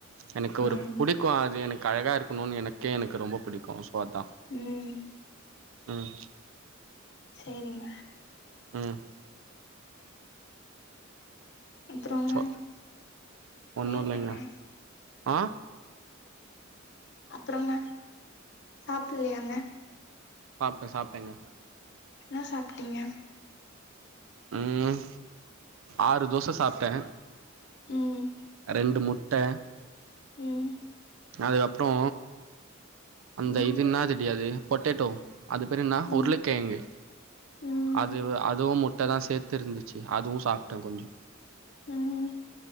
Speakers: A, on the right; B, on the left.
A: எனக்கு ஒரு
B: ம்
A: புடிக் க்கு அது எனுக்கு அழகா இருக்கணுனு எனக்கே எனக்கு ரொம்ப பிடிக்கு சோ அதா
B: ம்
A: ம்
B: சேரிங்
A: ம்
B: அப்புறங்க
A: சோ -ஒன்னுல்லைங்க
B: டைம் என்ன
A: ஆ
B: அப்றங்க சாப்பில்லியாங்க
A: சாப்ட்டே சாப்டேங்க
B: என்னா சாப்ட்டீங்க
A: ம் ஆறு தோச சாப்டே
B: ம்
A: ரெண்டு முட்ட
B: ம்
A: அதுகப்றோ அந்த
B: ம்
A: இது இன்னாதுடி அது பொட்டேட்டோ அது பேரு என்னா
B: ம்
A: உருளக்கெழங்கு
B: ம்
A: அதுவு அதுவும் முட்டதா சேத்து இருந்துச்சு அதுவு சாப்டே கொஞ்சோ
B: ம்